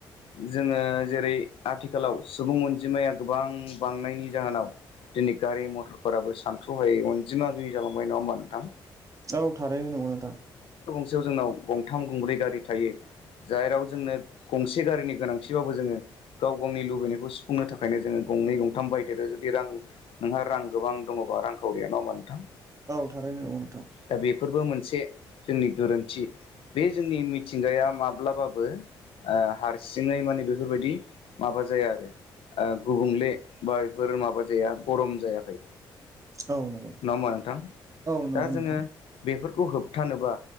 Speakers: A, on the left (about 55°); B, on the right (about 30°).
A: जोङो जेरै आथिखालाव सुबुं अनजिमाया गोबां बांनायनि जाहोनाव दिनै गारि मथरफोराबो सानथ्र' हायै अनजिमा गैयि जालांबाय नङा होमबा नोंथां
B: औ थारैनो नंगौना नोंथां।
A: नसेयाव जोंनाव गंथाम गंब्रै गारि थायो जेनाव जोंनो गंसे गारिनि गोनांथिबाबो जोङो गाव गावनि लुबैनायखौ सुफुंनो थाखायनो जोङो गंनै गंथाम बायदेरो जुदि रां नोंहा रां गोबां दङ'बा रांखावरिया नङा होमबा नोंथां?
B: औ थारैनो नोंगौ नोंथां।
A: दा बेफोरबो मोनसे जोंनि गोरोन्थि बे जोंनि मिथिंगाया माब्लाबाबो ओ हारसिङै माने बेफोर बायदि माबा जाया आरो गुबुंले बा बेफोर माबा जाया गरम जायाखै
B: औ नंगौ
A: नङा होममा नोंथां?
B: औ नंगौ
A: दा जोङो
B: नोंथां
A: बेफोर खौ होबथानोबा